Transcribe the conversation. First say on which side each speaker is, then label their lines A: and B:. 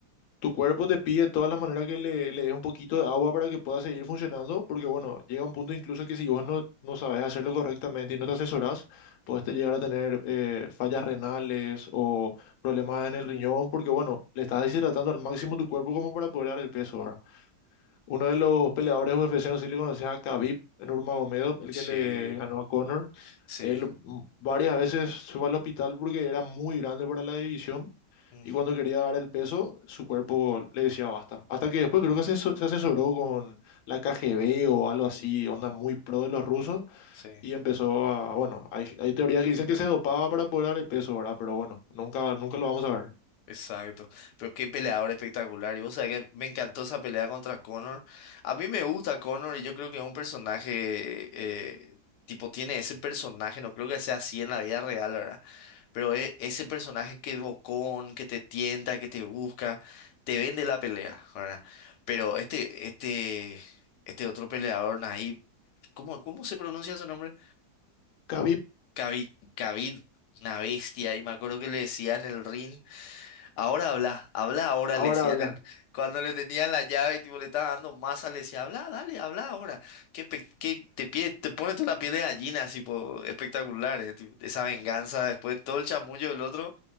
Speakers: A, on the left; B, on the left.
A: Tu cuerpo te pide de todas las maneras que le, le des un poquito de agua para que pueda seguir funcionando, porque bueno, llega un punto incluso que si vos no, no sabes hacerlo correctamente y no te asesorás, puedes te llegar a tener eh, fallas renales o problemas en el riñón, porque bueno, le estás deshidratando al máximo tu cuerpo como para poder dar el peso, ¿verdad? Uno de los peleadores UFC, no sé si le conoces a Khabib Nurmagomedov, el
B: Sí,
A: que le ganó a Conor.
B: Sí.
A: Él mm, varias veces se fue al hospital porque era muy grande para la división
B: Ujú.
A: y cuando quería dar el peso, su cuerpo le decía basta. Hasta que después creo que se, aso- se asesoró con la KGB o algo así,
B: Wow.
A: onda muy pro de los rusos
B: Sí,
A: y empezó a, bueno, hay, hay teorías que dicen que se dopaba para poder dar el peso, ¿verdad? Pero bueno, nunca, nunca lo vamos a ver.
B: exacto. Pero qué peleador espectacular. Y vos sabés que me encantó esa pelea contra Conor. A mí me gusta Conor y yo creo que es un personaje, eh, tipo, tiene ese personaje, no creo que sea así en la vida real, ¿verdad? Pero e- ese personaje que es bocón, que te tienta, que te busca, te vende la pelea, ¿verdad? Pero este, este, este otro peleador, Nahib, ¿cómo, cómo se pronuncia su nombre?
A: Khabib
B: Khabib, Khabib, una bestia. Y me acuerdo que le decía en el ring, ahora habla, habla ahora,
A: ahora
B: le decían
A: habla.
B: el, cuando le tenían la llave y tipo, le estaba dando masa, le decía, habla, dale, habla ahora. Que, pe- que te, pie- te pone toda la piel de gallina, así, po, espectacular, eh, tipo, esa venganza después, todo el chamullo del otro